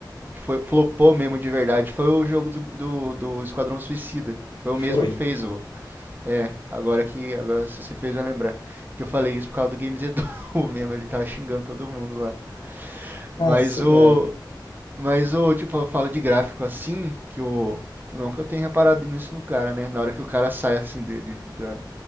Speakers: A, on the right; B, on the left.
A: que foi, flopou mesmo de verdade, foi o jogo do, do, do Esquadrão Suicida. Foi o
B: foi.
A: mesmo que fez o. É, agora que. Agora se você fez eu lembrar. Que eu falei isso por causa do Games Edu <laughs> mesmo, ele tava xingando todo mundo lá.
B: Ah,
A: Mas
B: sei
A: o.
B: lá.
A: Mas o, tipo, eu falo de gráfico assim, que o. Não que eu tenha reparado nisso no cara, né? Na hora que o cara sai assim, de, de- da-